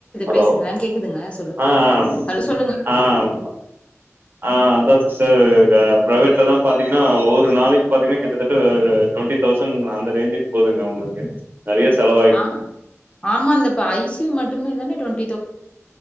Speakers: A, on the right; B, on the left.
A: ஹலோ
B: பேசுங்க. கேக்குதுங்க. சொல்லுங்க.
A: ஆ ஆம்
B: ஹலோ சொல்லுங்க.
A: ஆ ஆம் ஆ ஆ அதா சிஸ்டர் ஆ ப்ரைவேட்ல தா பாத்தீங்கன்னா ஒரு நாளைக்கி பாத்தீங்கன்னா கிட்டத்தட்ட டுவெண்டி தௌசண்ட் அந்த ரேஞ்சுக்கு போதுங்க அவுங்களுக்கு நெறையா செலவு
B: ஆ ஆமா இந்தப்ப ஐசியு மட்டுமே தானே டுவெண்